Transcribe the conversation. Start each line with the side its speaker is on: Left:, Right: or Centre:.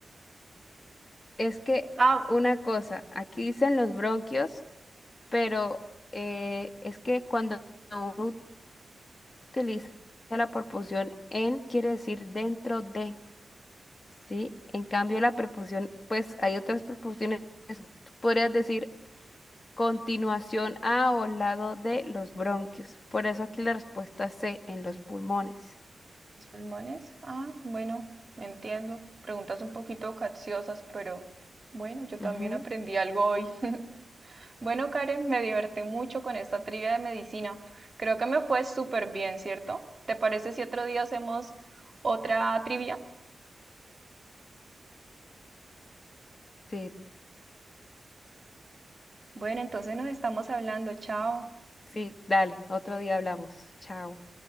Left: es que
Right: Ah,
Left: una cosa, aquí dicen los bronquios, pero eh, es que cuando uno utiliza la preposición en, quiere decir dentro de, ¿sí? En cambio, la preposición, pues hay otras preposiciones, tú podrías decir continuación a o lado de los bronquios. Por eso aquí la respuesta C, en los pulmones.
Right: los pulmones. Ah, bueno, me entiendo. Preguntas un poquito capciosas, pero bueno, yo también
Left: Ujú.
Right: aprendí algo hoy. Bueno, Karen, me divertí mucho con esta trivia de medicina. Creo que me fue súper bien, ¿cierto? ¿Te parece si otro día hacemos otra trivia?
Left: Sí,
Right: Bueno, entonces nos estamos hablando. Chao.
Left: sí, dale, otro día hablamos. Chao.